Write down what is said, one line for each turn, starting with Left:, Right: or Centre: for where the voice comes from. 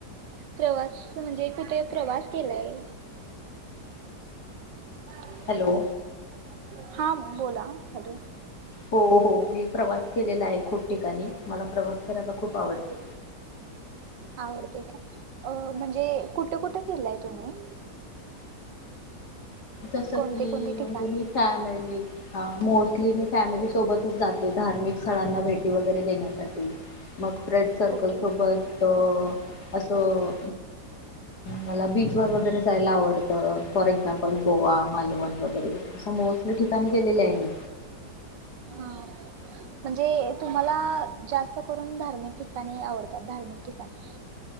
Right: प्रवास म्हणजे कुठे प्रवास केलाय? <unintelligible>
Left: हॅलो
Right: हा बोला हॅलो.
Left: हो हो मी प्रवास केलेला आहे खूप ठिकाणी मला प्रवास करायला खूप आवडतो.
Right: आवडते काय अ म्हणजे कुठं कुठं फिरलाय तुम्ही?
Left: जसं
Right: कोणते
Left: कि
Right: कोणते
Left: म्हणजे
Right: ठिकाणी
Left: मी फ्मैली मिळली हा. मोस्टली मी फॅमिली सोबतच जाते धार्मिक स्थळांना भेटी वगैरे देण्यासाठी मग फ्रेंड सर्कल
Right: ओके
Left: सोबत असं मला बीच वर वगैरे जायला आवडतं फॉर एक्झाम्पल. गोवा मालवण वगैरे अस मोस्टली ठिकाणी गेलेले आहे मी.
Right: म्हणजे तुम्हाला जास्त करून धार्मिक ठिकाणी आवडतात धार्मिक ठिकाणी?